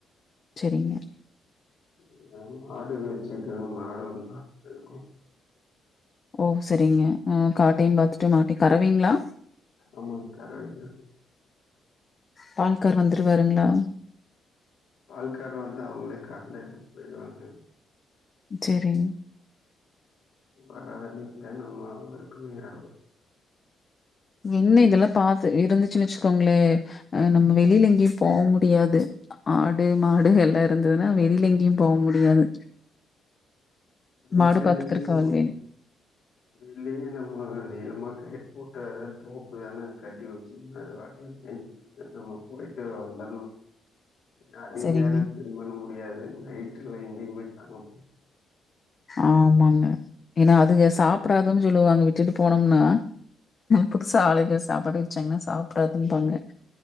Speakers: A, on the left; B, on the left.
A: செரிங்க
B: எங்க அம்மா மாடு வெச்சுக்குறாங் மாடு ஒரு நாலு மாடிருக்கு
A: ஓ செரிங்க ம் காட்டையு பாத்துட்டு மாட்டே கரவீங்ளா
B: ஆமாங் கரவைதாங்
A: பால்கார் வந்துருவார்ங்ளா
B: பால்கார் வந்து அவங்களே கறந்து எடுத்துட்டு போய்டுவாங்க
A: சேரிங்
B: பரவால்லைங்த்த நம்ம அவுங்களுங்கு யா
A: என்ன இதெல்லா பாத்து இருந்துச்சுன் வச்கோங்ளே அ நம்ம வெளில எங்கயு போ முடியாது ஆடு மாடு எல்லா இருந்ததுனா வெளில எங்கியு போ முடியாது
B: அப்டி ஒண்ணு
A: மாடு
B: தெர்லிங்க
A: பார்த்துக்கறக்கு ஆள்
B: அப்டி
A: வேணும்.
B: இல்லிங்க நம்ம நீளமா கயிற் போட்டற தோப்பு தான கட்டி வச்சம்னா அது பாட்ல மேஞ்சுட்டு நம்ம போய்ட்டு வந்தர்லா என்ன அதிக
A: சரிங்க.
B: நேரோ ஸ்பெண்ட் பண்ண முடியாது நைட்ல எங்கேயு போய் தங்க
A: ஆமாங்க ஏனா அதுக சாப்டாதுன் சொல்லுவாங்க விட்டுட்டு போனம்னா புதுசா ஆளுங்க சாப்பாடு வச்சாங்கன்னா சாப்டாதும்பாங்க